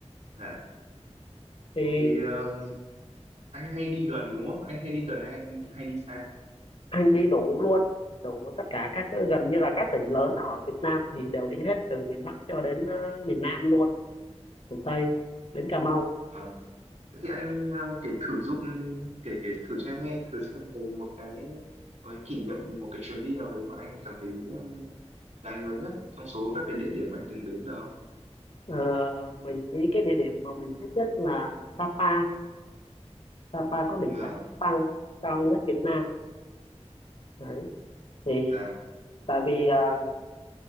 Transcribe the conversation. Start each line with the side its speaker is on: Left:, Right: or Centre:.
Right: dạ.
Left: thì
Right: Thì ờ, anh hay đi gần đúng không? Anh hay đi gần hay anh hay đi xa?
Left: anh đi đủ luôn đủ tất cả các gần như là các tỉnh lớn ở Việt Nam thì đều đi hết từ miền Bắc cho đến ờ, miền Nam luôn miền Tây đến Cà Mau
Right: Vâng. Thế thì anh ờ, kể thử giúp kể kể thử cho em nghe thử xem về một cái một cái kỷ niệm một cái chuyến đi nào đấy mà anh cảm thấy ờ, đáng nhớ nhất trong số các cái địa điểm anh từng đến được không?
Left: Ờ, mình nghĩ cái địa điểm mà mình thích nhất là Sapa Sapa có đỉnh
Right: Vâng,
Left: Phan cao nhất Việt Nam đấy thì
Right: dạ,
Left: tại vì à,